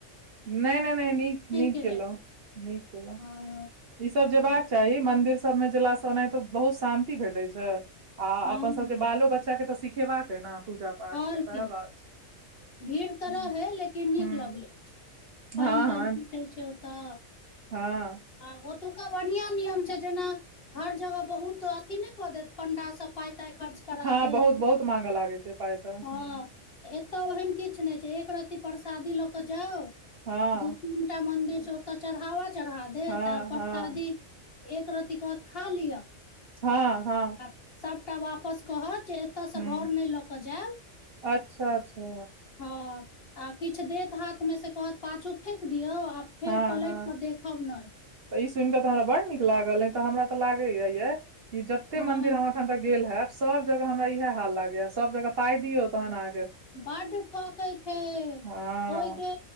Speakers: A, on the right; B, on the left.
A: नइ नइ नइ नीक नीक
B: के
A: केलौं
B: रहै
A: नीक केलौं
B: हँ
A: ई सभ जायबाके
B: तो
A: चाही, मंदिर सभमे जा कऽ। ओनाहिमे तऽ बहुत शान्ति भेटैत छै। आ
B: हँ
A: अपन सभकेँ बाल बच्चाकेँ तऽ सिखेबाक ह ने पूजा पाठ,
B: आओर
A: तऽ सएह
B: की
A: बात छै।
B: भीड़ तऽ
A: हुँ
B: रहै छै, लेकिन नीक
A: हुँ
B: लगै छै।
A: हँ
B: पाइन
A: हँ
B: ताइन छुटै छै ओतऽ।
A: हँ
B: आ ओतुक्का बढ़िया नियम छै, जेना हर जगह बहुत एथि नहि कऽ देत। पंडा सभ पाई ताई खर्च करा
A: हँ
B: देत
A: बहुत बहुत माँगऽ लागै छै पाइ तऽ
B: हँ।
A: हुँ
B: एतय ओहन किछु नहि छै, एक रत्ती प्रसादी लऽ कऽ जाउ,
A: हँ
B: दू तीन। एकटा मंदिर छै, ओतऽ चढ़ावा चढ़ा देत,
A: हँ
B: प्रसादी।
A: हँ
B: एकरत्ती कहत, खा लिअ।
A: हँ हँ
B: आ सभटा वापस कहत, जे एतयसँ
A: हुँ
B: घर नहि लऽ कऽ जाउ।
A: अच्छा अच्छा
B: हँ, आ किछु देत हाथमे, से कहत पाछू फेकि दियौ। फेर
A: हँ
B: पलटि
A: हँ
B: कऽ देखब नहि
A: तऽ ई सुनि कऽ हमरा बड़ नीक लागल अ, तऽ हमरा तऽ लागै यऽ कि जतेक
B: हँ
A: मन्दिर अखन तऽ गेल हैब सभ जगह, हमरा इएह हाल लागै सब जगह, पाई दिअ तखन आ।
B: बड्ड ठकै छै।
A: हँ
B: ओइके